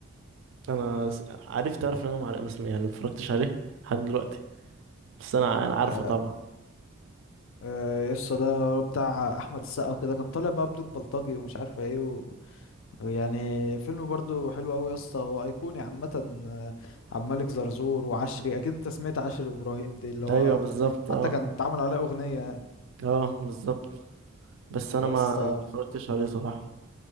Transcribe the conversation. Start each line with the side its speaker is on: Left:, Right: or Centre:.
Right: انا س- عارف تعرف ان انا معرق اسمي يعني متفرجتش عليه لحد دلوقتي بس انا انا عارفه
Left: آه
Right: طبعا
Left: آه، يس ده بتاع احمد السقا وكده كان طالع بقى بدور بلطجي ومش عارف ايه يعني فيلم برضو حلو قوي يا اسطى هو ايقوني عامه آه، عبد الملك زرزور وعشري اكيد انت سمعت عشري وابراهيم دي اللي هو
Right: ايوه بالظبط
Left: حتى
Right: اه
Left: كان اتعمل عليه اغنيه يعني.
Right: اه بالظبط بس انا
Left: يا
Right: ما
Left: اسطى
Right: ما اتفرجتش عليه صراحه